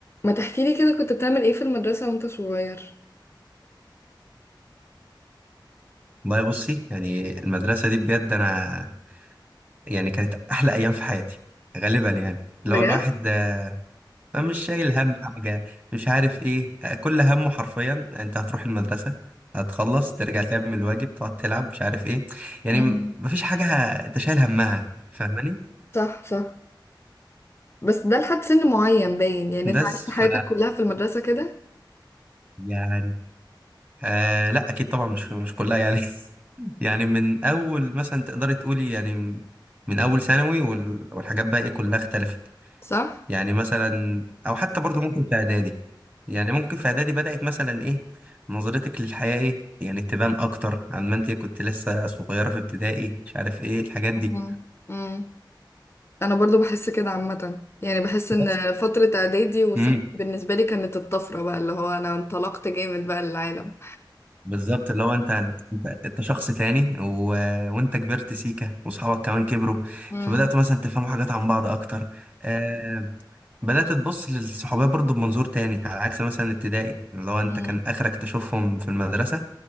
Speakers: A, on the left; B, on the right.
A: ما تحكي لي كده كنت بتعمل ايه في المدرسة وانت صغير
B: والله بصي يعني المدرسة دي بجد أنا يعني كانت أحلى أيام في حياتي غالبا يعني اللي
A: بجد
B: هو الواحد آه، مش شايل هم حاجة مش عارف إيه آه، كل همه حرفيا أنت هتروح المدرسة هتخلص ترجع تعمل الواجب تقعد تلعب مش عارف إيه يعني
A: مم.
B: م- مفيش حاجة ه- أنت شايل همها فاهماني
A: صح صح بس ده لحد سن معين باين يعني انت
B: بس
A: عشت حياتك
B: ف
A: كلها في المدرسة كده
B: يعني آه لا أكيد طبعا مش مش كلها يعني <laughs> يعني من أول مثلا تقدري تقولي يعني من أول ثانوي وال- والحاجات بقى إيه كلها اختلفت
A: صح
B: يعني مثلا او حتى برضو ممكن في اعدادي يعني ممكن في اعدادي بدأت مثلا ايه نظرتك للحياة ايه يعني تبان اكتر عن ما انت كنت لسه صغيرة في ابتدائي مش عارف ايه الحاجات
A: مم.
B: دي
A: مم. انا برضو بحس كده عامة يعني بحس ان
B: بس
A: فترة اعدادي وثانوي
B: امم
A: بالنسبة لي كانت الطفرة بقى اللي هو انا انطلقت جامد بقى للعالم
B: بالظبط اللي هو انت انت انت شخص تاني و... وانت كبرت سيكا واصحابك كمان كبروا
A: مم.
B: فبدأتوا مثلا تفهموا حاجات عن بعض اكتر آه... بدأت تبص للصحوبية برضو بمنظور تاني على عكس مثلا ابتدائي اللي هو
A: مم.
B: انت كان اخرك تشوفهم في المدرسة